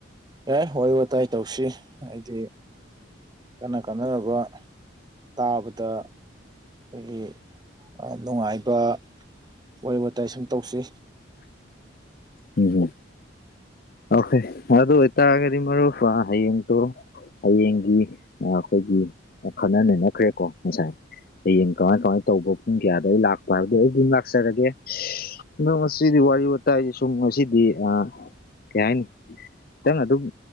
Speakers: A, on the right; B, on the left.
A: ꯑꯦ ꯋꯥꯔꯤ ꯋꯥꯇꯥꯏ ꯇꯧꯁꯤ ꯍꯥꯏꯗꯤ ꯀꯅ ꯀꯥꯅꯔꯕ ꯇꯥꯕꯗ ꯑꯩꯈꯣꯏꯒꯤ ꯅꯨꯡꯉꯥꯏꯕ ꯋꯥꯔꯤ ꯋꯥꯇꯥꯏ ꯁꯨꯝ ꯇꯧꯁꯤ
B: ꯎꯝ ꯑꯣꯣꯏ ꯑꯗ ꯍꯇꯥꯑꯒꯗꯤ ꯃꯔꯔ ꯌꯦꯡ ꯇꯣ ꯍꯌꯦꯡꯒꯤ ꯑꯩꯈꯣꯏꯒꯤ ꯈꯟꯅ ꯅꯩꯅꯈ꯭ꯔꯦꯀꯣ ꯉꯁꯥꯏ ꯍꯌꯦꯡ ꯀꯃꯥꯏ ꯀꯃꯥꯏꯅ ꯇꯧꯕ ꯄꯨꯡ ꯀꯌꯥꯗ ꯂꯩ ꯂꯥꯛꯄ ꯍꯥꯏꯕꯗꯨꯣ ꯑꯩ ꯑꯗꯨꯝ ꯂꯥꯛꯆꯔꯒꯦ ꯅꯪ ꯃꯁꯤꯗꯤꯋꯥꯂꯤ ꯕ ꯇꯥꯏ ꯁꯨꯝ ꯉꯁꯤꯗꯤ ꯀꯩ ꯍꯥꯏꯅꯤ ꯈꯤꯇꯪ ꯑꯗꯨꯝ